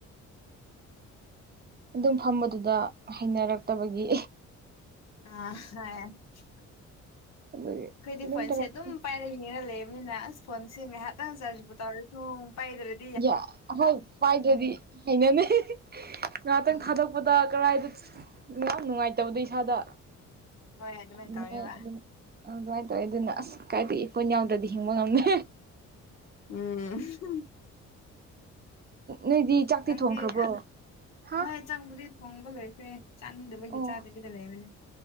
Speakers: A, on the right; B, on the left.
A: ꯑꯗꯨꯝ ꯐꯝꯕꯗꯨꯗ ꯍꯩꯅꯔꯛꯇꯕꯒꯤ
B: ꯑ <unintelligible>
A: ꯑꯗꯨꯒꯤ
B: ꯑꯩꯈꯣꯏꯗꯤ ꯐꯣꯟꯁꯦ
A: ꯇꯧꯔꯛꯄ
B: ꯑꯗꯨꯝ ꯄꯥꯏꯔꯒ ꯌꯦꯡꯉ ꯂꯩꯕꯅꯤꯅ ꯑꯁ ꯐꯣꯟꯁꯦ ꯉꯥꯏꯍꯥꯛꯇꯪ ꯆꯥꯔꯖꯕꯨꯨ ꯇꯧꯔ <unintelligible> <unintelligible> ꯄꯥꯏꯗ꯭ꯔꯦ
A: ꯌꯥ ꯑꯍꯣꯏ ꯄꯥꯏꯗ꯭ꯔꯗꯤ ꯍꯩꯅꯅꯩ ꯉꯍꯥꯛꯇꯪ
B: ꯎꯝ
A: ꯊꯥꯗꯣꯛꯄ ꯇꯥ ꯀꯔꯥꯏꯗ ꯌꯥꯝ ꯅꯨꯡꯉꯥꯏꯇꯕꯗꯣ ꯏꯁꯥꯗ
B: ꯍꯣꯏ ꯑꯗꯨꯃꯥꯏꯅ
A: ꯑꯗꯨꯉꯥꯏ
B: ꯇꯧꯋꯦꯕ
A: ꯑꯗꯨꯝ ꯑ ꯑꯗꯨꯃꯥꯏꯅ ꯇꯧꯋꯦ ꯑꯗꯨꯅ ꯑꯁ ꯀꯥꯏꯗꯩ ꯐꯣꯟ ꯌꯥꯎꯗ꯭ꯔꯗꯤ ꯍꯤꯡꯕ ꯉꯝꯃꯦ
B: ꯎꯝ
A: ꯅꯣꯏꯗꯤ ꯆꯥꯛꯇꯤ
B: ꯅꯪꯗꯤ
A: ꯊꯣꯡꯈ꯭ꯔꯕ꯭ꯔꯣ
B: ꯑ
A: ꯍꯥ
B: ꯍꯣꯏ ꯆꯪꯕꯨꯗꯤ ꯊꯣꯡꯕ ꯂꯣꯏꯈ꯭ꯔꯦ ꯆꯥꯅꯤꯡꯗꯕꯒꯤ
A: ꯑꯣ
B: ꯆꯥꯗꯕꯤꯗ ꯂꯩꯕꯅꯦ